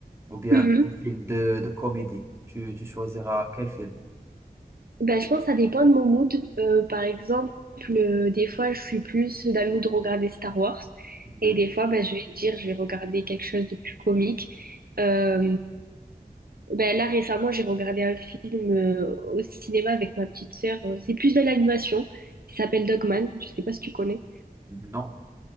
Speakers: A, on the right; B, on the right.
A: ou bien
B: Mhm.
A: un film de, de comédie, tu, tu choisiras quel film?
B: Ben, je pense que ça dépend de mon mood. Euh, par exemple, euh, des fois, je suis plus dans le mood de regarder Star Wars. Et
A: Euh,
B: des fois, ben, je vais dire, je vais regarder quelque chose de plus comique. Euh, ben, là, récemment, j'ai regardé un film euh, au cinéma avec ma petite sœur. Euh, C'est plus de l'animation. Il s'appelle Dogman. Je sais pas si tu connais.
A: Non.